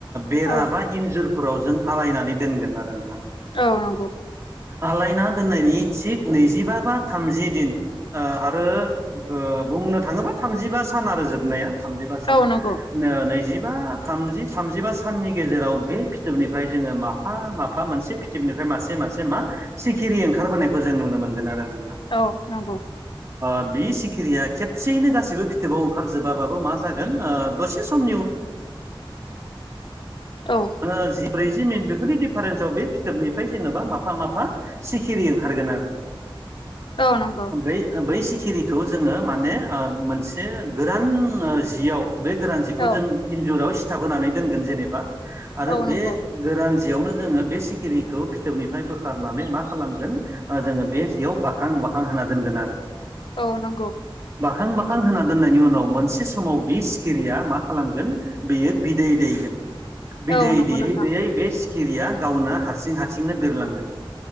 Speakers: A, on the right; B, on the left.
A: बेरा
B: औ
A: बा इन्जुरफोराव जों आलायनानै दोनगोन आरो नोंथां
B: औ नंगौ
A: आलायना दोननायनि थिग नैजिबा बा थामजि दिन ओ आरो ओ बुंनो थाङोबा थामजिबा सान आरो जोबनाया थामजिबा सान
B: औ
A: ओ
B: नंगौ
A: नैजि बा थामजि थामजिबा साननि गेजेराव बे फिथोबनिफ्राय जोङो माफा माफा मोनसे फिथोबनिफ्राय मासे मासे मा सिखिरि ओंखारबोनायखौ जों नुनो मोनगोन आरो नों
B: औ नंगौ
A: ओ बि सि खिरिया खेबसेयैनो गासिबो फिथोबाव ओंखारजोबाबाबो मा जागोनओ दसे समनि उनाव
B: औ
A: <unintelligible> ब्रैजि मिनिट बेफोरनि दिडिफारेन्सआव बे फिथोबनिफ्राय जेनेबा माफा माफा सिखिरि ओंखारगोन आरो
B: औ नंगौ
A: बै-बै सि खिरिखौ जोङो माने ओ मोनसे गोरान जियाव बे गोरान जिखौ
B: औ
A: जों इन्जुराव सिथाब होनानै दोनगोन जेनेबा आरो
B: औ
A: बे
B: नंगौ
A: गोरान जियावनो जोङो बे सिखिरिखौ फिथोबनिफ्राय बोखारनानै मा खालामगोन ओ जोङो बे जियाव बाखां मानखां होना दोनगोन आरो
B: औ नंगौ
A: खां बाखां होना दोननायनि उनाव मोनसे समाव बि सिखिरिया मा खालामगोन बेयो बिदै दैगोन बिदैै
B: औ नंगौ
A: दैयै
B: नोंथां
A: दैयै बे सिखिरिया गावनो हारसिं हारसिंनो बिरलांगोन